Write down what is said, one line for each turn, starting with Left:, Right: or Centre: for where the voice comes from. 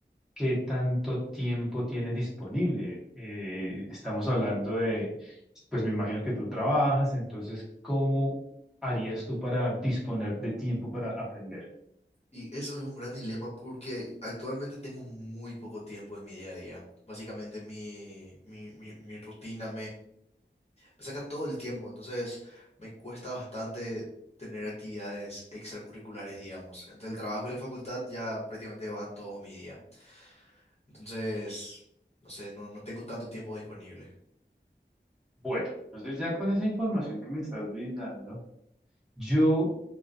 Centre: ¿qué tanto tiempo tienes disponible? Eh, estamos hablando de, pues me imagino que tú trabajas, entonces, ¿cómo harías tú para disponer de tiempo para aprender?
Left: Y eso es un gran dilema porque actualmente tengo muy poco tiempo en mi día a día. Básicamente mi, mi, mi, mi rutina me saca todo el tiempo, entonces me cuesta bastante tener actividades extracurriculares, digamos. Entre el trabajo y la facultad ya prácticamente va todo mi día. Entonces, no sé, no, no tengo tanto tiempo disponible. <laughs>
Centre: Bueno, entonces ya con esa información que me estás brindando, yo